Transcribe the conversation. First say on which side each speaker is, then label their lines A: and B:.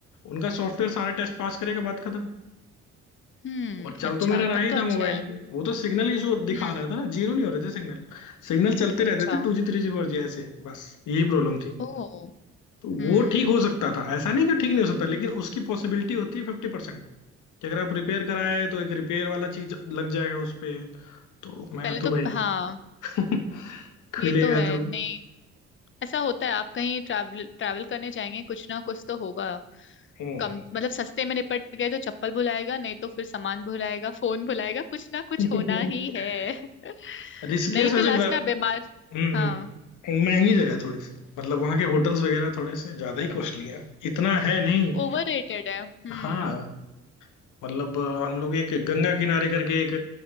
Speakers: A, on the left; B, on the left.
A: उनका सॉफ्टवेयर सारे टेस्ट पास करेगा बात खत्म
B: हम्म
A: और चल
B: अच्छा
A: तो मेरा रहा
B: तब
A: ही
B: तो
A: था
B: अच्छा
A: मोबाइल
B: है
A: वो तो सिग्नल इशू दिखा
B: हम्म
A: रहा था ना जीरो नहीं हो रहे थे सिग्नल सिग्नल चलते
B: अच्छा
A: रहते थे two G three G four G ऐसे बस यही प्रॉब्लम थी
B: ओ
A: तो
B: हम्म
A: वो ठीक हो सकता था ऐसा नहीं कि ठीक नहीं हो सकता लेकिन उसकी पॉसिबिलिटी होती है फिफ्टी परसेंट कि अगर आप रिपेयर कराए तो एक रिपेयर वाला चीज लग जाएगा उस पे तो मैं
B: पहले
A: तो
B: तो
A: भाई
B: हाँ
A: <laughs> खुलेगा
B: ये तो है
A: तो
B: नहीं ऐसा होता है आप कहीं ट्रैवल ट्रैवल करने जाएंगे कुछ ना कुछ तो होगा
A: हम्म।
B: कम मतलब सस्ते में निपट गए तो चप्पल भुलाएगा नहीं तो फिर सामान भुलाएगा फोन भुलाएगा कुछ ना कुछ
A: <laughs>
B: होना ही है <laughs>
A: ऋषिकेश
B: नहीं तो
A: वैसे
B: लास्ट
A: वे-
B: में आप बीमार
A: हम्म
B: हाँ
A: हम्म, महंगी जगह है थोड़ी सी मतलब वहाँ के होटल्स वगैरह थोड़े से ज्यादा ही कॉस्टली है इतना है नहीं
B: ओवर रेटेड है हम्म
A: हाँ मतलब अ, हम लोग एक गंगा किनारे करके एक